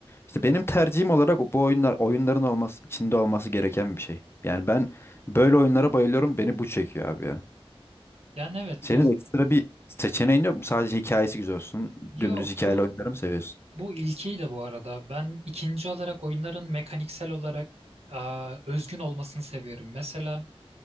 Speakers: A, on the left; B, on the right.
A: İşte benim tercihim olarak bu oyunlar oyunların olması içinde olması gereken bir şey. Yani ben böyle oyunlara bayılıyorum beni bu çekiyor abi ya.
B: Yani evet
A: Senin
B: bu
A: ekstra bir seçeneğin yok mu? Sadece hikayesi güzel olsun.
B: Yo
A: Dümdüz hikayeli
B: bu
A: oyunları mı seviyorsun?
B: Bu ilkiydi bu arada. Ben ikinci olarak oyunların mekaniksel olarak aa, özgün olmasını seviyorum. Mesela